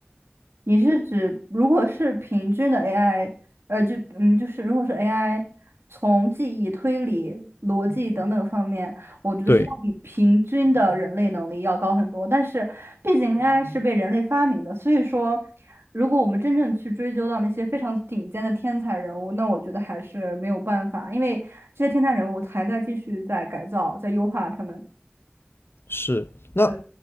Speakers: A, on the right (about 80°); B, on the left (about 70°).
A: 你是指如果是平均的 AI，呃，就嗯，就是如果是 AI 从记忆、推理、逻辑等等方面，我觉得是要比平均的人类能力要高很多。
B: 对，
A: 但是，毕竟 AI 是被人类发明的，所以说，如果我们真正去追究到那些非常顶尖的天才人物，那我觉得还是没有办法，因为这些天才人物还在继续在改造、在优化他们。
B: 是。那
A: 对，